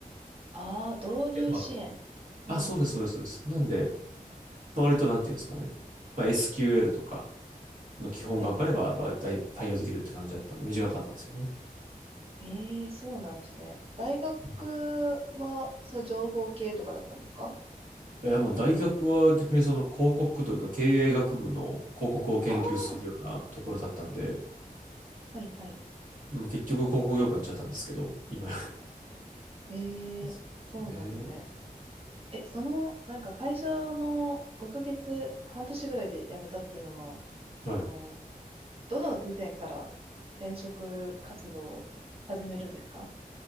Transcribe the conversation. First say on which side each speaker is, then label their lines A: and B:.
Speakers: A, on the right; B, on the right.
A: ああ、導入支援。
B: ていうのも
A: うん、
B: あそうです、
A: うん。
B: そうです、そうです。なんで、割となんていうんですかね。まあ、SQL とかの基本が分かれば、
A: はい、はい。
B: 割と対応できるって感じだったんで、短かったんですよね。
A: ええー、そうなんですね。大学は、
B: うん
A: そう、情報系とかだったんですか
B: いや、もう大学は逆にその広告というか経営学部の広告を研究するようなところだったんで、
A: ああー、はい、はい。
B: うん、結局広告業界行っちゃったんですけど、今
A: ええそうなんですね。
B: ですね。
A: え、その、なんか最初の5ヶ月、半年ぐらいで辞めたっていうのは、その、
B: はい。
A: どの時点から転職活動を始めるんですか